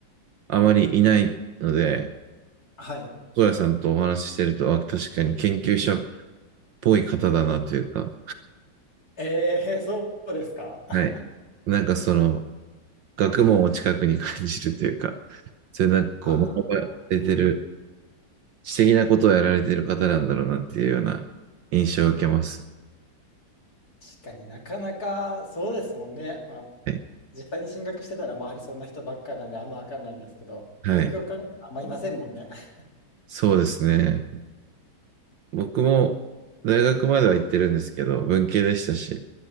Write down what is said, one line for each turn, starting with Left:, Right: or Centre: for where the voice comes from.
Right: あまりいないので、
Left: はい。
Right: うやさんとお話ししてると、あ、確かに研究者っぽい方だなというか、
Left: ええそうですか <laughs>
Right: はい。なんかその、学問を近くに感じるというか、そういうなんかこう、
Left: ああ、
Right: 学ばれてる、知的なことをやられてる方なんだろうなっていうような印象を受けます。
Left: 確かになかなかそうですもんね。まあ、
Right: はい。
Left: 実際に進学してたら周りそんな人ばっかなんであんまわかんないんですけど、
Right: はい。
Left: よくよく考えたらあんまいませんもんね。<laughs>
Right: そうですね。僕も大学までは行ってるんですけど、文系でしたし、